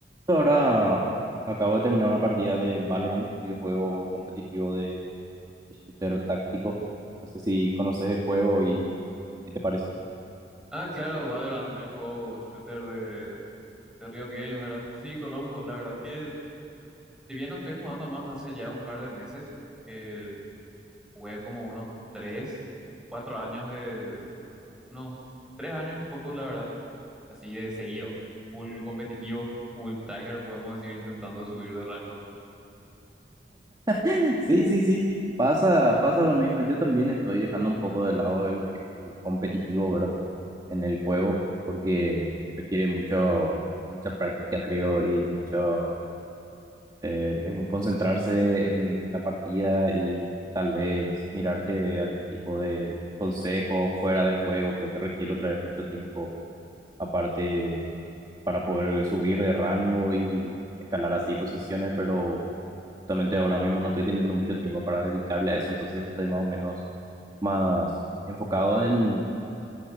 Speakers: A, on the right; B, in the centre.
A: Ahora acabo de terminar una partida de Valorant, videojuego competitivo de shooter táctico. No sé si conoces el juego y qué te parece.
B: Ah, claro, Valorant, el juego shooter de, de Riot Games, ¿verdad? Sí, conozco. La verdad que, si bien no estoy jugando más hace ya un par de meses, el, jugué como unos tres, cuatro años de, unos tres años y pocos, la verdad, así de seguido. Full competitivo, <laughs> full tryhard, podemos decir, intentando subir de rango.
A: <laughs> Sí, sí, sí. Pasa, pasa lo mismo. Yo también estoy dejando un poco de lado de lo que es el competitivo, ¿verdad? En el juego, porque requiere mucho, mucha práctica, creo, y mucho eh, en concentrarse en, en la partida y tal vez mirarte algún tipo de consejo fuera del juego. Creo que requiere otra vez mucho tiempo aparte para poder subir de rango y escalar así posiciones, pero justamente ahora mismo no estoy teniendo mucho tiempo para dedicarle a eso, entonces estoy más o menos más enfocado en